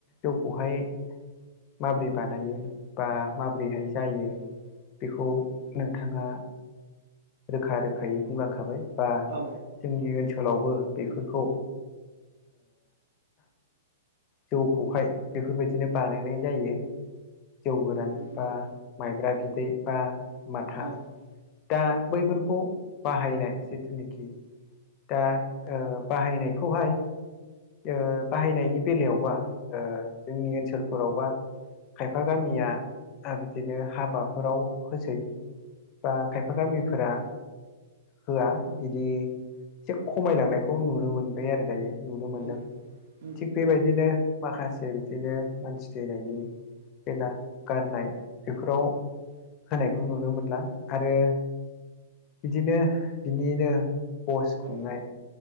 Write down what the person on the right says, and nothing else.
औ
नंगौ
औ
औ
औ
नंगौ
औ